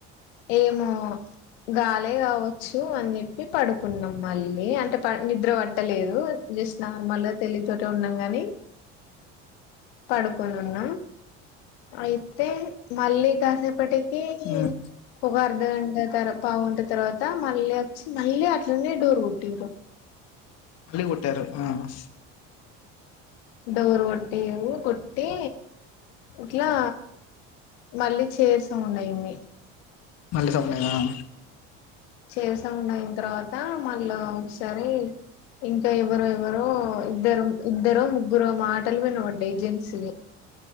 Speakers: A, on the left; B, on the left.
A: ఏమో గాలే కావచ్చు అని చెప్పి పడుకున్నాం మళ్ళీ, అంటే నిద్ర పట్టలేదు జస్ట్ నార్మల్గా తెలితోట ఉన్నాం ని పడుకొని ఉన్నాం ఐతే ఐతే మల్లి కాసేపటికి
B: మ్మ్
A: ఏ <unintelligible> కుగా అర్ధగంట తరు పావుగంట తర్వాత మళ్ళీ వచ్చి మళ్ళీ అట్లనే డోర్ కొట్టిరు
B: మళ్ళీ కొట్టారు ఆ ఆ
A: డోర్ కొట్టిరు కొట్టి ఇట్లా మళ్ళీ చైర్ సౌండ్ అయింది
B: మళ్ళీ సౌండ్ అయిందా ఆ
A: చైర్ సౌండ్ అయినా తర్వాత మళ్ళా ఒకసారి ఇంకా ఎవరు ఎవరో ఇద్దరు ఇద్దరో ముగు ముగ్గురు మాటలు వినంబడాయి జెంట్స్ ఇదే